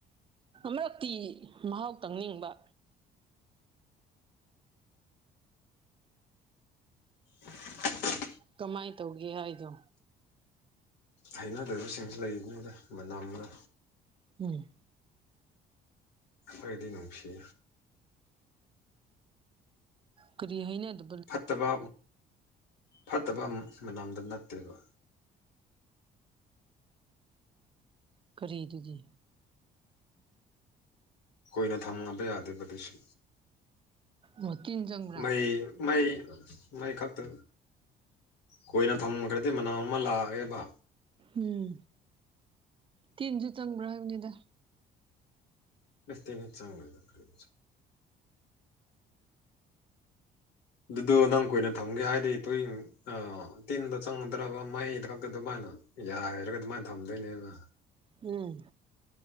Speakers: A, on the right; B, on the left.
A: ꯃꯔꯛꯇꯤ ꯃꯍꯥꯎ ꯇꯪꯅꯤꯡꯕ
B: <inaudible>
A: ꯀꯃꯥꯏꯅ ꯇꯧꯒꯦ ꯍꯥꯏꯗꯣ
B: ꯍꯩꯅꯗꯕꯁꯤꯡꯁꯨ ꯂꯩꯔꯤꯅꯤꯗ ꯃꯅꯝꯅ
A: ꯎꯝ
B: ꯑꯩꯗꯤ ꯅꯨꯡꯁꯤ
A: ꯀꯔꯤ ꯍꯥꯏꯅꯦ ꯑꯗꯨ
B: ꯐꯠꯇꯕ ꯐꯠꯇꯕ ꯃꯝꯗ ꯅꯠꯇꯦꯕ
A: ꯀꯔꯤꯗꯨꯗꯤ
B: ꯀꯨꯏꯅ ꯊꯝꯕ ꯌꯥꯗꯕꯗꯨꯁꯨ
A: ꯑꯣ ꯇꯤꯟ ꯆꯪꯕ꯭ꯔꯥ
B: ꯃꯩ ꯃꯩ ꯃꯩ ꯈꯛꯇ ꯀꯣꯏꯅ ꯊꯝꯈ꯭ꯔꯗꯤ ꯃꯅꯥꯎ ꯑꯃ ꯂꯥꯛꯑꯦꯕ
A: ꯎꯝ ꯇꯤꯟꯁꯨ ꯆꯪꯕ꯭ꯔꯥ ꯍꯥꯏꯕꯅꯤꯗ
B: ꯑꯦꯇꯩꯩꯅ ꯆꯥꯡꯂꯔꯤ ꯑꯗꯨꯗꯣ ꯅꯪ ꯀꯨꯏꯅ ꯊꯝꯒꯦ ꯍꯥꯏꯗꯤ ꯇꯣꯏ ꯑ ꯇꯤꯟꯗ ꯆꯪꯒꯗ꯭ꯔꯕ ꯃꯩꯗꯀ ꯑꯗꯨꯃꯥꯏꯅ ꯌꯥꯔꯒ ꯑꯗꯨꯃꯥꯏꯅ ꯊꯝꯗꯣꯏꯅꯦꯅ
A: ꯎꯝ